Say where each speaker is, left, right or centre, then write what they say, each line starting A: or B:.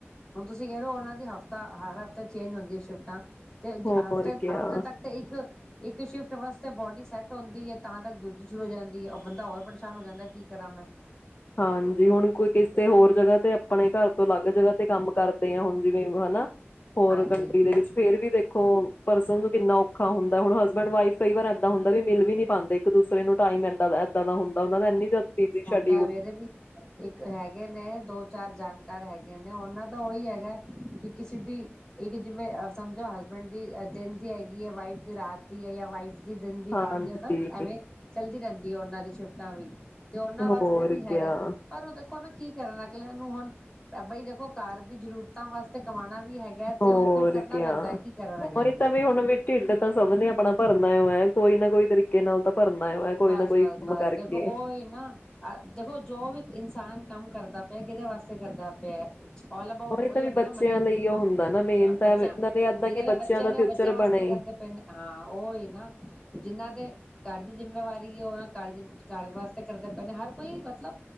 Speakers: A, on the left; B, on the left.
A: ਹੁਣ ਤੁਸੀਂ ਕਹਿ ਰਹੇ ਹੋ ਉਹਨਾਂ ਦੀ ਹਫ਼ਤਾ ਹਰ ਹਫ਼ਤਾ ਚੇਂਜ ਹੁੰਦੀ ਸ਼ਿਫਟਾਂ ਤੇ <unintelligible>
B: ਹੋਰ
A: ਹਫ਼ਤੇ
B: ਕਿਆ
A: ਹਫ਼ਤੇ ਤੱਕ ਤੇ ਇੱਕ ਇੱਕ ਸ਼ਿਫਟ ਵਾਸਤੇ ਬੋਡੀ ਸੈੱਟ ਹੁੰਦੀ ਹੈ ਤਾਂ ਤੱਕ ਦੂਜੀ ਸ਼ੁਰੂ ਹੋ ਜਾਂਦੀ ਹੈ ਉਹ ਬੰਦਾ ਹੋਰ ਪਰੇਸ਼ਾਨ ਹੋ ਜਾਂਦਾ ਕੀ ਕਰਾਂ ਮੈਂ
B: ਹਾਂਜੀ ਹੁਣ ਕੋਈ ਕਿਸ ਤੇ ਹੋਰ ਜਗ੍ਹਾ ਤੇ ਆਪਣੇ ਘਰ ਤੋਂ ਅਲੱਗ ਜਗ੍ਹਾ ਤੇ ਕੰਮ ਕਰ ਕਰਦੇ ਹ ਹੁਣ ਜਿਵੇਂ ਹਨਾ ਹੋਰ
A: ਹਾਂਜੀ
B: ਕੰਟਰੀ ਦੇ ਵਿੱਚ ਫੇਰ ਵੀ ਦੇਖੋ ਪਰਸਨ ਨੂੰ ਕਿੰਨਾ ਔਖਾ ਹੁੰਦਾ ਹੁਣ ਹਸਬੈਂਡ ਵਾਈਫ ਕਈ ਵਾਰ ਇੱਦਾਂ ਹੁੰਦਾ ਵੀ ਮਿਲ ਵੀ ਨੀ ਪਾਉਂਦੇ ਇੱਕ ਦੂਸਰੇ ਨੂੰ ਟਾਈਮ ਐਦਾਂ ਦਾਂ ਾਂ ਹੁੰ ਉਹਨਾਂ ਨੇ ਇੰਨੀ ਜ਼ੀ ਛੱ
A: ਤਾਂ ਮੇਰੇ ਵੀ ਇੱਕ ਹੈਗੇ ਨੇ ਦੋ ਚਾਰ ਜਾਣਕਾਰ ਹੈਗੇ ਨੇ ਉਹਨਾਂ ਦਾ ਉਹੀ ਹੈਗਾ ਕਿ ਕਿਸੇ ਦੀ ਇੱਕ ਜਿਵੇਂ ਸਮਝੋ ਹਸਬੈਂਡ ਦੀ ਦਿਨ ਦੀ ਹੈਗੀ ਹੈ ਵਾਈਫ ਦੀ ਰਾਤ ਦੀ ਹੈ ਯਾਂ ਵਾਈਫ ਦੀ ਦਿਨ ਦੀ
B: ਹਾਂਜੀ
A: ਰਾਤ ਦੀ ਉਹ ਤਾਂ ਐਵੇਂ ਚੱਲਦੀ ਰਹਿੰਦੀ ਹੈ ਉਹਨਾਂ ਦੀ ਚੁਟਾ ਵੀੀ <unintelligible> ਤੇ ਉਹਨਾਂ
B: ਹੋਰ
A: ਵਾਸਤੇ ਵੀ ਹੈਗਾ
B: ਕਿਆ,
A: ਪਰ ਉਹ ਦੇਖੋ ਨਾ ਕੀ ਕਰਨ ਅਗਲਿਆਂ ਨੂੰ ਹੁਣਾਬਾਈ ਦੇਖੋ ਕਾਰ ਦੀ ਜ਼ਰੂਰਤਾਂ ਵਾਸਤੇ ਕਮਾਉਣਾ ਵੀ ਹੈਗਾ
B: ਹੋਰ
A: ਤੇ ਉਹ ਫਿਰ ਕਰਨਾ
B: ਕਿਆ
A: ਪੈਂਦਾ ਕੀ ਕਰਨ ਅਗਲੇ
B: ਹੀ ਤਾਂ ਵੀ <unintelligible> ਹੁਣ ਵੀ ਢਿੱਡ ਤਾਂ ਸਭ ਨੇ ਆਪਣਾ ਭਰਨਾ ਕੋਈ ਨਾ ਕੋਈ ਤਰੀਕੇ ਨਾਲ ਤਾਂ ਭਰਨਾ ਓ ਐ। ਕੋਈ
A: ਬਸ
B: ਨਾ ਕੋਈ
A: ਬਸ
B: ਕੰਮ
A: ਬਸ
B: ਕਰਕੇ।
A: ਦੇਖੋ ਉਹੀ ਨਾ ਦੇਖੋ ਜੋ ਵੀ ਇਨਸਾਨ ਕੰਮ ਕਰਦਾ ਪਿਆ ਕਿਹਦੇ ਵਾਸਤੇ ਕਰਦਾ ਪਿਆ ਆਲ ਅਬਾਊਟ ਉਹੀ
B: ਤਾਂ
A: ਹੁੰਦਾ
B: ਵੀ ਬੱਚਿਆਂ
A: ਨਾ ਮੰਨੀ
B: ਲਈ ਉਹ ਹੁੰਦਾ ਨਾ ਮੇਨ
A: ਹਾਂ
B: ਤਾਂ
A: ਬੱਚਿਆਂ
B: ਨਾਲੇ
A: ਜਿਹਨਾਂ
B: ਏਦਾਂ ਕਿ
A: ਦੇ
B: ਬੱਚਿਆਂ
A: ਬੱਚੇ
B: ਦਾ
A: ਨੇ ਉਹ
B: ਫਿਊਚਰ
A: ਬੱਚਿਆਂ ਵਾਸਤੇ
B: ਬਣੇ।
A: ਕਰਦੇ ਪਏ ਨੇ ਹਾਂ ਉਹਹੀ ਨਾ ਜਿੰਨਾ ਦੇ ਘਰ ਦੀ, ਜਿੰਮੇਵਾਰੀ ਉਹ ਘਰ ਘਰ ਵਾਸਤੇ ਕਰਦੇ ਪਏ ਨੇ ਹਰ ਕੋਈ ਮਤਲਬ